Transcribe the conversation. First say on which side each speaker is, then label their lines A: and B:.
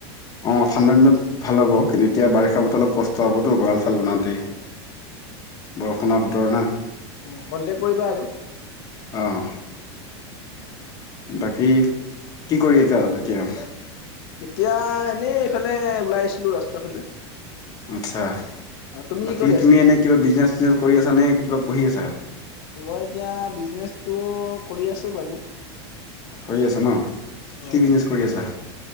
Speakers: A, on the left (about 25°); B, on the left (about 60°).
A: অঁ ঠাণ্ডা দিনত ভাল হ'ব কিন্তু এতিয়া বাৰিষ খা বতৰত অলপ কষ্ট হ'বতো গঁৰাল চৰাল বনাওঁতেই
B: অ
A: বৰষুণৰ বতৰ না
B: উম কণ্টেক্ট কৰিবা আৰু।
A: অঁহ। বাকী কি কৰি এতিয়া?
B: এতিয়া এনেই এইফালে ওলাই আহিছিলো ৰাস্তা ফালে।
A: আচ্ছা
B: অ তুমি
A: বাকী
B: কি কৰি আছা
A: তুমি
B: এতিয়া
A: এনেই কিবা বিজনেছ চিজনেছ কৰি আছা নে কিবা পঢ়ি আছা?
B: মই এতিয়া বিজনেছ টো কৰি আছো বাৰু।
A: কৰি আছা ন'
B: অ
A: কি বিজনেছ কৰি আছা?